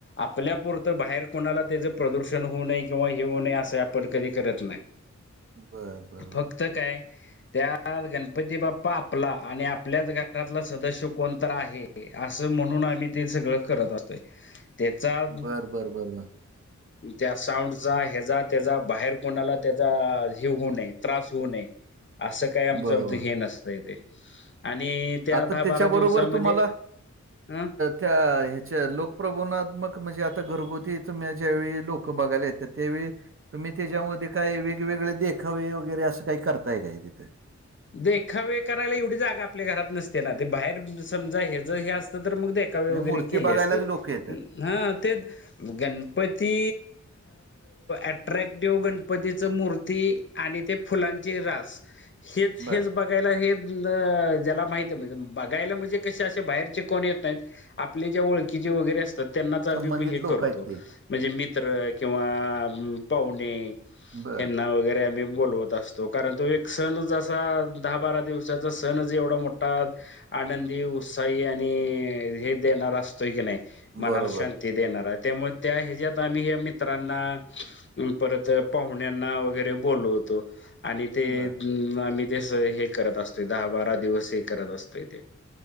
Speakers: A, on the left; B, on the right.
A: आपल्यापुरतं बाहेर कोणाला त्याचं प्रदूषण होऊ नये किंवा हे होऊ नये असं आपण कधी करत नाही.
B: बरं बरं
A: फक्त
B: बरं.
A: काय त्यात गणपती बाप्पा आपला आणि आपल्याच घरातला सदस्य कोणत आहे. असं म्हणून आम्ही ते सगळं करत असतोय. त्याचा
B: बरं, बरं, बरं, बरं.
A: त्या साऊंडचा हचा त्याचा बाहेर कोणाला त्याचा हे होऊ नये त्रास होऊ नये असं काही आमच
B: बरोबर.
A: हे नसतं इ ते आणि त्या
B: आता
A: दहा
B: त्याच्याबरोबर
A: बारा दिवसामध्ये
B: तुम्हाला
A: अ
B: त्या ह्याच्या लोकप्रबोणात्मक म्हणजे आता घरगुतीम ज्यावेळी लोक बघायला येतात त्यावेळी तुम्ही त्याच्यामध्ये काही वेगवेगळे देखावे वगैरे असं काही करताय काय? तिथे.
A: देखावे करायला एवढी जागा आपल्या घरात नसते ना ते बाहेर समजा हे जर हे असतं तर मग वे
B: म्हणजे
A: वगैरे
B: मूर्ती
A: केले
B: बघायलाच
A: असते
B: लोकं येतात.
A: ह ते. गणपती अट्रॅक्टिव्ह गणपतीच मूर्ती आणि ते फुलांचे रास हेच
B: बरं.
A: हेच बघायला हे ज्याला माहीत बघायला म्हणजे कसे असे बाहेरचे कोण? येत नाही. आपले ज्या ओळखीचे वगैरे असतात त्यांनाच आम्ही
B: संबंधित
A: हे
B: लोकं
A: करतो.
B: आहेत ते.
A: म्हणजे मित्र किंवा पाहुणे
B: बरं.
A: हयांना वगैरे आम्ही बोलवतो. असतो कारण तो एक सण ज असा दहा बारा दिवसाचा सण ज एवढा मोठा. आनंदी उत्साही आणि हे देणार असतोय की नाही मनाला
B: बरोबर.
A: शांत ते देणार आहे त्यामुळे त्या ह्याच्यात आम्ही ह मित्रांना. परत पाहुण्यांना वगैरे बोलवतो आणि ते
B: बरं.
A: हम् आम्ही ते हे करत असतोय दहा बारा दिवस हे करत असतोय ते.